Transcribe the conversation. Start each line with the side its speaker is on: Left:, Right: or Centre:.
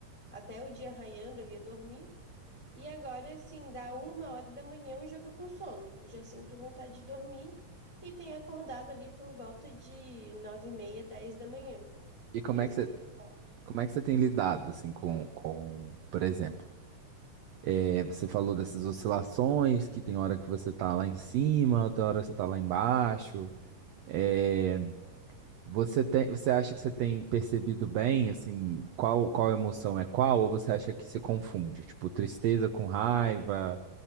Left: até o dia raiando eu ia dormir. E agora, assim, dá uma hora da manhã eu já tô com sono, já sinto vontade de dormir e tenho acordado ali por volta de nove e meia, dez da manhã.
Right: e como
Left: Tem
Right: é
Left: sido
Right: que você,
Left: melhor.
Right: como é que você tem lidado assim com, com, por exemplo? É, você falou dessas oscilações, que tem hora que você tá lá em cima, outra hora você tá lá embaixo. É, você tem, você acha que você tem percebido bem, assim, qual qual emoção é qual, ou você acha que se confunde? Tipo, tristeza com raiva,